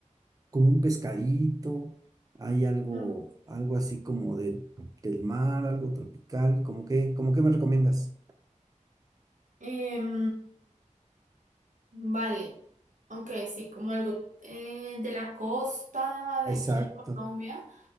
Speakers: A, on the right; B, on the right.
A: como un pescadito. Hay algo,
B: Mm.
A: algo así como de, del mar, algo tropical. ¿Cómo que, como qué me recomiendas?
B: Em, vale, aunque sí, como algo eh, de la costa, de
A: Exacto.
B: aquí en Colombia,